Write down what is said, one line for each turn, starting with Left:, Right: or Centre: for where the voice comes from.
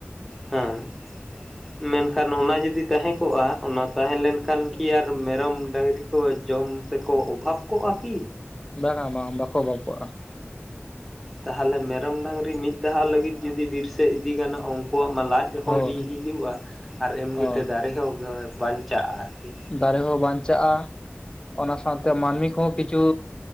Centre: ᱦᱮᱸ᱾ ᱢᱮᱱᱠᱷᱟᱱ ᱚᱱᱟ ᱡᱩᱫᱤ ᱛᱟᱦᱮᱸ ᱠᱚᱜ-ᱟ ᱚᱱᱟ ᱛᱟᱦᱮᱸ ᱞᱮᱱᱠᱷᱟᱱ ᱠᱤ ᱟᱨ ᱢᱮᱨᱚᱢ ᱰᱟᱝᱨᱤ ᱦᱳᱭ ᱡᱚᱢ ᱛᱮᱠᱚ ᱚᱵᱷᱟᱵᱽ ᱠᱚᱜ-ᱟ ᱠᱤ?
Left: ᱵᱟᱝᱟ ᱵᱟᱝ ᱵᱟᱠᱚ ᱚᱵᱷᱟᱯ ᱠᱚᱜᱼᱟ᱾
Centre: ᱛᱟᱦᱚᱞᱮ ᱢᱮᱨᱚᱢ ᱰᱟᱝᱨᱤ ᱢᱤᱫ ᱫᱷᱟᱣ ᱞᱟᱹᱜᱤᱫ ᱡᱩᱫᱤ ᱵᱤᱨ ᱥᱮᱫ ᱤᱫᱤ ᱜᱟᱱᱚᱜ ᱩᱱᱠᱩᱣᱟᱜ ᱢᱟ ᱞᱟᱡ
Left: ᱦᱳᱭ
Centre: ᱦᱚᱸ ᱵᱤ ᱦᱤᱡᱩᱜᱼᱟ ᱟᱨ ᱮᱢᱱᱤᱛᱮ
Left: ᱦᱳᱭ
Centre: ᱫᱟᱨᱮ ᱦᱚᱸ ᱜᱮ ᱵᱟᱧᱪᱟᱜᱼᱟ ᱟᱨᱠᱤ᱾
Left: ᱫᱟᱨᱮ ᱦᱚᱸ ᱵᱟᱧᱪᱟᱜᱼᱟ, ᱚᱱᱟ ᱥᱟᱶᱛᱮ ᱢᱟᱹᱱᱢᱤ ᱠᱚᱦᱚᱸ ᱠᱤᱪᱷᱩ